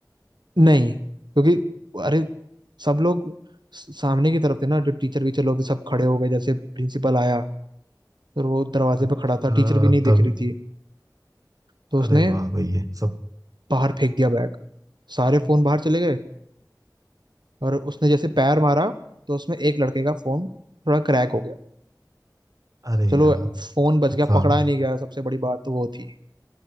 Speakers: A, on the right (about 90°); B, on the right (about 50°).
A: नहीं क्योंकि अरे सब लोग स- सामने की तरफ थे ना जो टीचर वीचर लोग थे, सब खड़े हो गए जैसे प्रिंसिपल आया तो वो दरवाजे
B: अच्छा
A: पे खड़ा था टीचर भी नहीं देख
B: तभी
A: रही थी तो उसने
B: अरे वाह भाई ये सब
A: बाहर फेंक दिया बैग सारे फोन बाहर चले गए और उसने जैसे पैर मारा तो उसमें एक लड़के का फोन थोड़ा क्रैक हो गया
B: अरे
A: चलो
B: यार
A: फोन बच
B: नुकसान
A: गया पकड़ा नहीं गया सबसे बड़ी बात तो वो थी